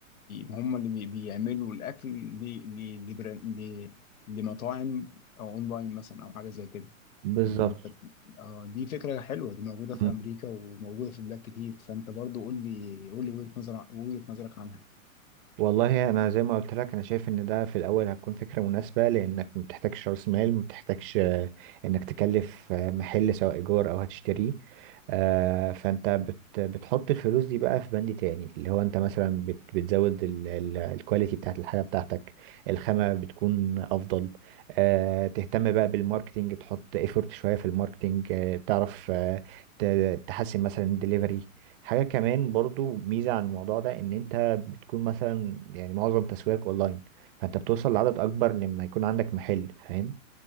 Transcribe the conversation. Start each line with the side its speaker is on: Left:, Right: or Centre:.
Left: وهم اللي بي- بيعملوا الاكل ل- ل- لبرا- ل- لمطاعم او اونلاين مثلا او حاجة زي كده
Right: بالظبط
Left: اللي انت بت- آه دي فكرة حلوة دي موجودة في
Right: مم.
Left: امريكا وموجودة في بلاد كتير فانت برضو قول لي قول لي وجهة نظرك وجهة نظرك عنها
Right: والله انا زي ما قلت لك انا شايف ان ده في الاول هتكون فكره مناسبه لانك ما بتحتاجش راس مال ما بتحتاجش آه، انك تكلف آه، محل سواء ايجار او هتشتريه آه، فانت بت بتحط الفلوس دي بقى في بند تاني اللي هو انت مثلا بت بتزود ال- ال- الكواليتي بتاعت الحاجه بتاعتك الخامه بتكون افضل آه، تهتم بقى بالماركتينج تحط ايفورت شويه في الماركتينج آه، تعرف آه، ت- تحسن مثلا الدليفري حاجة كمان برضو ميزة عن الموضوع ده ان انت بتكون مثلا يعني معظم تسويقك اونلاين فانت بتوصل لعدد اكبر لما يكون عندك محل فاهم